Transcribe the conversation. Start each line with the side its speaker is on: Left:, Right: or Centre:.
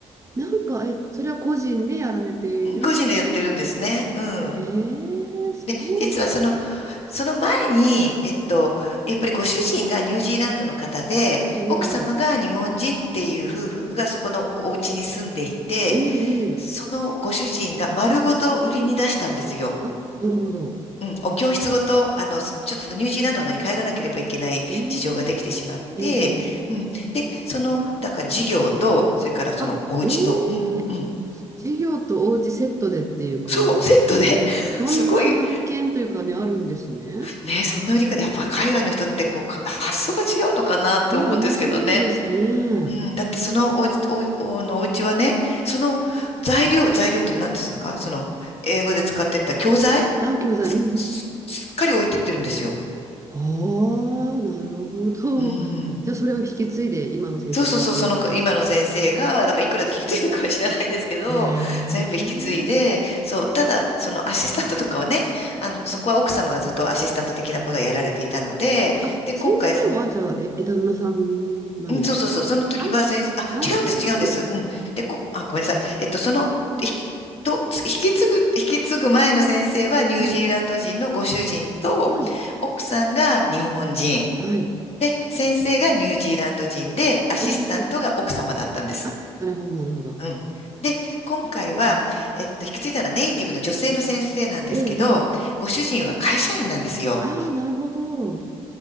Right: なんか、え、それは個人でやられている。
Left: うん個人でやってるんですね。うん。
Right: ええそうなん
Left: で、実はそのその前に、えっと、やっぱりご主人がニュージーランドの方で、
Right: ええ
Left: 奥様が日本人っていう夫婦がそこのお家に住んでいて、
Right: ええええええ
Left: そのご主人が丸ごと売りに出したんですよ。
Right: あ、なるほど。
Left: うん、お教室ごと、あの、ちょっとニュージーランドのに帰らなければいけない事情ができてしまって、
Right: うーん。えええ
Left: うん。で、その、だから事業と、それからそのお家と、
Right: あ、ええあ、
Left: うん、うん。
Right: 授業とお家セットでっていう感じなんですか。
Left: そう、セットで。<laughs>
Right: そんな物件というかね、
Left: すごい。
Right: あるんですね。
Left: ね、そんな売り方、やっぱ海外の人ってこう、
Right: え、
Left: か発想が違うのかなって思うんですけどね。
Right: ね、面白いですね。
Left: うん、だってそのおうち、お、おのお家はね、その材料、材料って何ですかその英語で使ってた教材
Right: あ、教材、
Left: す、
Right: うんうん。
Left: すすっかり置いてってるんですよ。
Right: ああ、なるほど。
Left: うん。
Right: じゃあ、それを引き継いで今の先生がやってるわけですか。
Left: そうそうそう、その今の先生が、なんかいくらで引き継いだかは知らないですけど、
Right: へえ。
Left: 全部引き継いで、そう、ただそのアシスタントとかはね、あの、そこは奥様がずっとアシスタント的なことはやられていたので、
Right: あ、
Left: で、
Right: 先生は、
Left: 今回
Right: じゃあ、え、え旦那さんなんですか。
Left: うん、そうそうそう。その時は先生、
Right: あ、
Left: あ、
Right: なるほど。
Left: 違うんです、違うんです。うん。で、こ、あ、ごめんなさい。えっと、その、
Right: うん、
Left: 引き、
Right: うん。
Left: と、引き継ぐ、引き継ぐ前の先生はニュージーランド人のご主人と、
Right: はい、はい、
Left: 奥さんが日本人。
Right: はい。
Left: で、先生がニュージーランド人で、アシスタントが奥様だったんです。
Right: おお。あ、なるほど、なるほど。
Left: うん。で、今回は、えっと、引き継いだのはネイティブの女性の先生なんですけど、
Right: ええ、ええ。
Left: ご主人は会社員なんですよ。
Right: ああ、なるほど。う